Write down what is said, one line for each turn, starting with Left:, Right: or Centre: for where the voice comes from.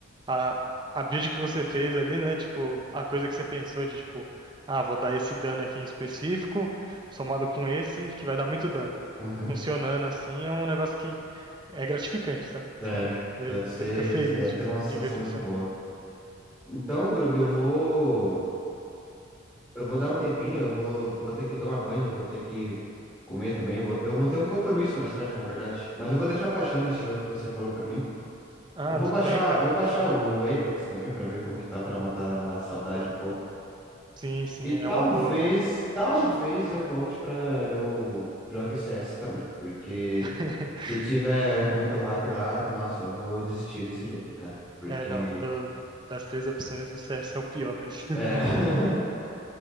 Right: a, a build que você fez ali, né? Tipo, a coisa que você pensou de, tipo, ah, vou dar esse dano aqui em específico, somado com esse, que vai dar muito dano.
Left: Uhum.
Right: Funcionando assim é um negócio que é gratificante, sabe?
Left: É,
Right: <laughs> Você
Left: deve ser,
Right: você fica feliz
Left: deve
Right: de,
Left: ter uma sensação
Right: de ver funcionar.
Left: muito boa. Então, Grub, eu vou, eu vou dar um tempinho, eu vou, eu vou ter que tomar banho, eu vou ter que comer também, eu vou, eu vou ter um compromisso mais tarde, na verdade. Mas eu vou deixar baixando esse jogo que você falou pra mim.
Right: Ah,
Left: Eu vou
Right: tudo
Left: baixar,
Right: bem, cara.
Left: vou baixar
Right: Não.
Left: o Apex também pra ver como que tá, pra matar a saudade um pouco.
Right: Sim, sim,
Left: E talvez,
Right: é uma boa, mano.
Left: talvez eu volte pra. eu jogue CS também, porque
Right: <laughs>
Left: se tiver com muito hacker lá, nossa, eu vou desistir desse jogo, cara. Porque
Right: É, não, do- das três opções, o CS é o pior mesmo.
Left: é.
Right: <laughs>
Left: <laughs>